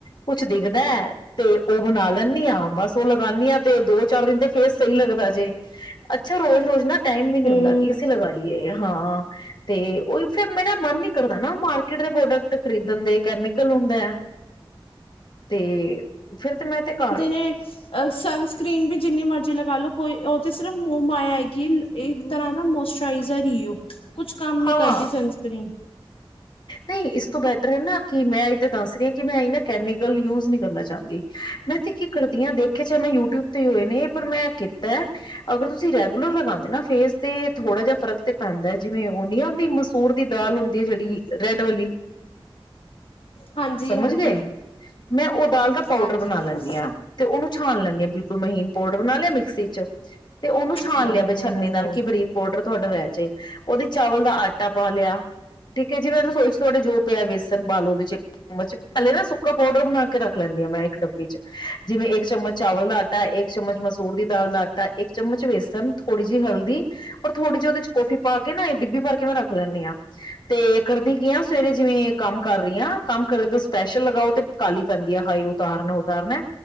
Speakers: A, on the left; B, on the left.
A: ਕੁਛ ਦਿਖਦਾ ਹੈ ਤੇ ਉਹ ਬਣਾ ਲੈਂਦੀ ਆ ਹਾਂ, ਬਸ ਉਹ ਲਗਾਂਦੀ ਆਾਂ ਤੇ ਦੋ-ਚਾਰ ਦਿਨ ਤੇ ਫੇਸ ਸਹੀ ਲੱਗਦਾ ਜੇ ਅੱਛਾ ਰੋਜ਼-ਰੋਜ਼ ਨਾ ਟਾਈਮ ਵੀ ਨੀ
B: ਹਮ
A: ਹੁੰਦਾ ਕੀ ਅਸੀਂ ਲਗਾਈਏ ਹਾਂ ਤੇ ਉਹਹੀ ਫੇਰ ਮੇਰਾ ਮਨ ਨੀ ਕਰਦਾ ਨਾ ਮਾਰਕੀਟ ਦੇ ਪ੍ਰੋਡਕਟ ਖਰੀਦਣ ਦੇ ਕੈਮੀਕਲ ਹੁੰਦਾ ਹੈ ਤੇ ਫੇਰ ਤੇ ਮੈਂ ਤੇ ਘਰ
B: ਤੇ ਸਨਸਕਰੀਨ ਵੀ ਜਿੰਨੀ ਮਰਜ਼ੀ ਜੇ ਲਗਾ ਲੋ ਕੋਈ ਉਹ ਤੇ ਸਿਰਫ ਮੋ-ਮਾਇਆ ਹੈਗੀ ਇਹ ਇਕ ਤਰ੍ਹਾਂ ਦਾ ਮੋਸਚਰਾਈਜ਼ਰ ਹੀ ਉਹ। ਕੁਛ ਕੰਮ ਨੀ
A: ਹਾਂ
B: ਕਰਦੀ ਸਨਸਕ੍ਰਰੀਨ
A: ਨਹੀਂ, ਇਸ ਤੋਂ ਬੈਟਰ ਹੈ ਨਾ ਕਿ ਮੈਂ ਇਹ ਤੇ ਦੱਸ ਰਹੀ ਹਾਂ ਕਿ ਮੈਂ ਇਹ ਨਾ ਕੈਮੀਕਲ ਯੂਜ ਨੀ ਕਰਨਾ ਚਾਹੁੰਦੀ, ਮੈਂ ਤੇ ਕੀ ਕਰਦੀ ਹਾਂ, ਦੇਖਿਆ ਚ ਮੈਂ ਯੂਟਿਊਬ ਤੇ ਹੋਏ ਨੇ ਪਰ ਮੈਂ ਕੀਤਾ ਅਗਰ ਤੁਸੀਂ ਰੈਗੂਲਰ ਲਗਾਦੇ ਨਾ ਫੇਸ ਤੇ ਥੋੜਾ ਜਿਹਾ ਫਰਕ ਤੇ ਪੈਂਦਾ ਜਿਵੇਂ ਉਹ ਨ ਆਉਂਦੀ ਮਸੂਰ ਦੀ ਦਾਲ ਹੁੰਦੀ ਜਿਹੜੀ ਰੈਡ ਵਾਲੀ।
B: ਹਾਂਜੀ
A: ਸਮਝ
B: ਹਾਂਜੀ
A: ਗਏ, ਮੈਂ ਉਹ ਦਾਲ ਦਾ ਪਾਊਡਰ
B: ਹਾਂਜੀ
A: ਬਣਾ ਲੈਂਦੀ
B: ਹੂੰ
A: ਹਾਂ ਤੇ ਉਹਨੂੰ ਛਾਣ ਲੈਂਦੀ ਹਾਂ, ਬਿਲਕੁਲ ਮਹੀਨ ਪਾਊਡਰ ਬਣਾ ਲਿਆ ਫਿਚਰ ਤੇ ਉਹਨੂੰ ਛਾਣ
B: ਹੂੰ
A: ਲਿਆ ਛਛਨੀ
B: ਹੂੰ
A: ਨਾਲ
B: ਹੂੰ
A: ਕਿ ਬਰੀਕ ਪਾਊਡਰ ਥੋੜਾ ਰਹਿ ਜੇ ਉਹਦੇ ਚਾਵਲ ਦਾ ਆਟਾ ਪਾ ਲਿਆ ਜਿਵੇਂ ਰਸੋਈ ਚ ਤੁਹਾਡੇ ਜੋ ਪਿਆ ਵੇਸਨ ਪਾ ਲਾਉ ਉਹਦੇ ਚ ਚਮਚ, ਪਹਿਲੇ ਨਾ ਸੁੱਕਾ ਪਾਊਡਰ ਬਣਾ ਕੇ ਰੱਖ ਲੈਂਦੀ ਹਾਂ, ਮੈਂ ਇੱਕ ਡੱਬੀ ਚ ਜਿਵੇਂ ਇੱਕ ਚਮਚ ਚਾਵਲ ਦਾ ਆਟਾ, ਇੱਕ ਚਮਚ ਮਸੂਰ ਦੀ ਦਾਲ ਦਾ ਆਟਾ, ਇੱਕ ਚਮਚ ਵੇਸਨ, ਥੋੜੀ ਜਿਹੀ ਹਲਦੀ ਔਰ ਥੋੜੀ ਜਿਹੀ ਉਹਦੇ ਚ ਕੋਫੀ ਪਾ ਕੇ ਨਾ ਡਿੱਬੀ ਪਾ ਕੇ ਮੈਂ ਰੱਖ ਲੈਂਦੀ ਹਾਂ। ਤੇ ਕਰਦੀ ਕੀ ਆ, ਸਵੇਰੇ ਜਿਵੇਂ ਕੰਮ ਕਰ ਰਹੀ ਹਾਂ, ਕੰਮ ਕਰਦੇ ਸਪੈਸ਼ਲ ਲਗਾਉ ਤੇ ਕਾਲੀ ਪੈਂਦੀ ਆ ਹਾਈ ਉਤਾਰਨਾ- ਉਤਾਰਨਾ